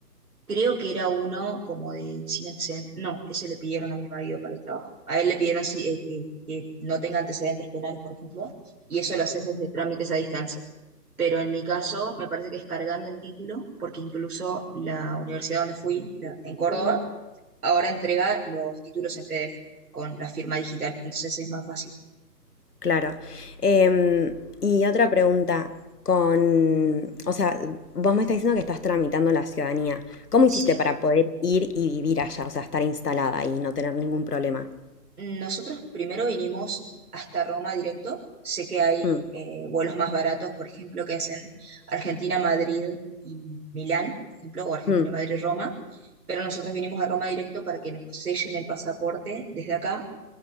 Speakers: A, on the right (about 65°); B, on the left (about 70°).
A: Creo que era uno como de sin antecedentes. No, ese le pidieron a mi marido para el trabajo. A él le pidieron sí, eh, que, que no tenga antecedentes penales, por ejemplo, y eso lo haces desde trámites a distancia. Pero en mi caso, me parece que es cargando el título, porque incluso la universidad donde fui, la- en Córdoba, ahora entrega los títulos en PDF con la firma digital, entonces es más fácil.
B: Claro. Em, y otra pregunta, con, o sea, vos me estás diciendo que estás tramitando la ciudadanía. ¿Cómo hiciste
A: Sí,
B: para poder ir y vivir allá, o sea, estar instalada y no tener ningún problema?
A: Nosotros primero vinimos hasta Roma directo. Sé que hay
B: Mm,
A: eh, vuelos más baratos, por ejemplo, que hacen Argentina-Madrid y Milán, por ejemplo, o Argentina-Madrid-Roma,
B: mm,
A: pero nosotros vinimos a Roma directo para que nos sellen el pasaporte desde acá,